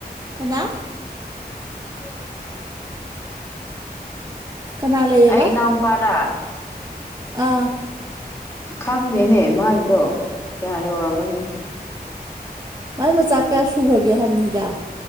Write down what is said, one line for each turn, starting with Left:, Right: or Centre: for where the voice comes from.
Right: ꯀꯅꯥ
Left: ꯎꯝ
Right: ꯀꯅꯥ ꯂꯩꯌꯦꯕ
Left: ꯑꯩ ꯏꯅꯥꯎꯨꯄꯥꯗ
Right: ꯑꯥ
Left: ꯈꯪꯗꯦꯅꯦ ꯃꯥꯏꯗꯣ ꯀꯌꯥ ꯌꯧꯔꯝꯃꯅꯤ
Right: ꯃꯥꯏ ꯃꯆꯥꯥꯛ ꯀꯌꯥ ꯁꯨꯈ꯭ꯔꯒꯦ ꯍꯥꯏꯕꯅꯤꯗ